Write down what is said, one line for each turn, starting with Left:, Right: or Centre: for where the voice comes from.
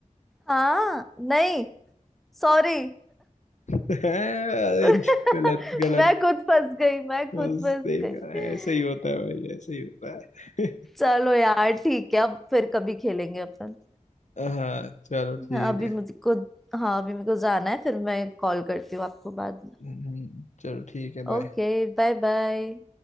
Centre: हाँ नहीं सॉरी
Left: <laughs> अरे
Centre: <laughs>
Left: गलत गलत
Centre: मैं खुद फंस गई मैं खुद
Left: बस
Centre: फंस
Left: देखा
Centre: गई
Left: ऐसा ही होता है भाई ऐसा ही होता है
Centre: चलो यार ठीक है अब फिर कभी खेलेंगे अपन
Left: <laughs> हाँ चलो ठीक
Centre: हाँ, अभी
Left: है
Centre: मुझे को हाँ अभी मेरे को जाना है फिर मैं कॉल करती हूँ आपको बाद में
Left: हम्म, चलो ठीक है बाय
Centre: Okay bye bye